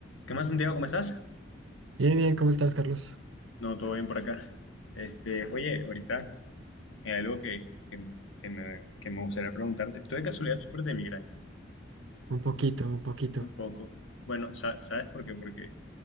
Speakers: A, on the left; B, on the right.
A: ¿Qué más, Santiago? ¿Cómo estás?
B: Bien, bien, ¿cómo estás, Carlos?
A: No, todo bien por acá. Este, oye, ahorita hay algo que, que, que me, que me gustaría preguntarte. ¿Tú de casualidad sufres de migraña?
B: Un poquito, un poquito.
A: Un poco. Bueno, sa- ¿sabes por qué? Porque